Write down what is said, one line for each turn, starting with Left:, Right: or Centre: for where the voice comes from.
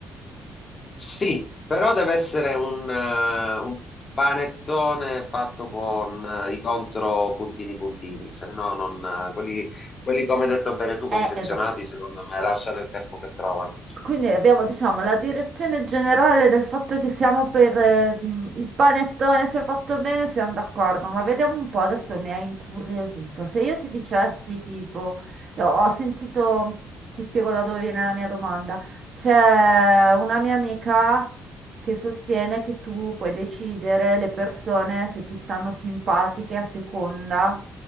Left: Sì, però deve essere un, eh, un panettone fatto con eh, i contro puntini puntini, se no non, eh, quelli, quelli come hai detto bene tu, confezionati,
Right: Eh, esatto.
Left: secondo me lasciano il tempo che trovano.
Right: Quindi abbiamo, diciamo, la direzione generale del fatto che siamo per eh, mh, il panettone, se fatto bene siamo d'accordo, ma vediamo un po', adesso mi hai incuriosito. Se io ti dicessi, tipo, io ho sentito, ti spiego da dove viene la mia domanda, c'è una mia amica che sostiene che tu puoi decidere le persone se ti stanno simpatiche a seconda